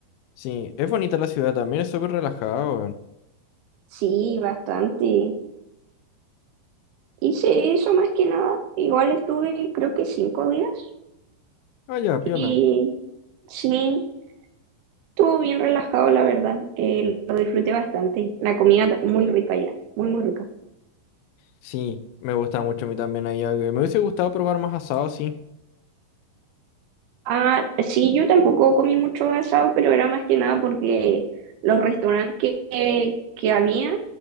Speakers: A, on the left (about 80°); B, on the right (about 75°).
A: Sí, es bonita la ciudad también, es súper relajada, weón.
B: Sí, bastante. Hice eso más que nada, igual estuve creo que cinco días
A: Ah, ya, piola.
B: y sí, estuvo bien relajado la verdad, Eh, lo disfruté bastante, la comida muy rica ya, muy muy rica.
A: Sí, me gusta mucho a mí también allá. eh, Me hubiese gustado probar más asado, sí.
B: Ah, sí, yo tampoco comí mucho asado, pero era más que nada porque los restaurantes que, que, que habían